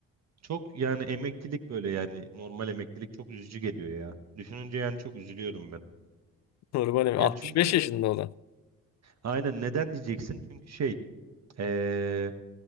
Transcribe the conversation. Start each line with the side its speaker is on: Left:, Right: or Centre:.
Right: çok yani emeklilik böyle yani normal emeklilik çok üzücü geliyor ya. Düşününce yani çok üzülüyorum ben.
Left: Normal 65
Right: Yani çünkü
Left: yaşında olan.
Right: aynen neden diyeceksin? Çünkü şey ee,